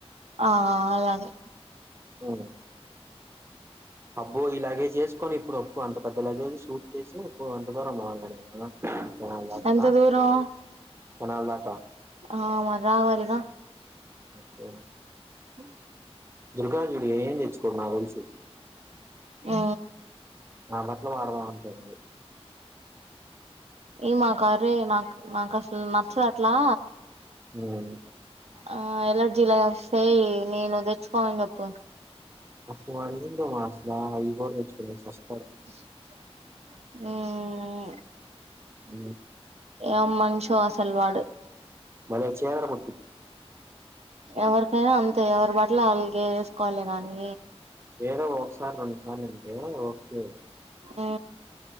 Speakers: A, on the right; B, on the right.
A: ఆ అలాగే
B: ఓ అబ్బో ఇలా అవి జేసుకొని ఇప్పుడు అప్పు అంత పెద్ద లగేజ్ షూట్ చేసి ఉప్పు అంత దరం అవాలిడి పొలం దాకా
A: ఎంత దూరం
B: తెనాలి దాకా
A: ఆ మరి రావాలిగ
B: శబ్దం
A: అ
B: దుర్గాజుడి ఏం తెచ్చుకోవు నాకుతెలుసు
A: ఆ
B: నాకు నచ్చనివి వాడుదాం అనుకుంటి
A: ఏ మా కారే నాకు నాకు అసలు నచ్చదు అట్లా
B: మ్మ్
A: ఆ ఎలర్జి లా వస్తే నేను తెచ్చుకోనని చెప్పు
B: అస్లా ఆమేందామే అసలా ఈగో పెంచుకుని చస్
A: మ్మ్
B: ఉ
A: ఏమ్ మనిషో అసలు వాడు
B: మరే చేరాక్
A: ఎవరికైనా అంతే ఎవ అ బట్ల అలగే వేసుకోవాలి గానీ
B: ఏదో ఒకసారి రెండు సార్లు అంటే ఓకే
A: ఆ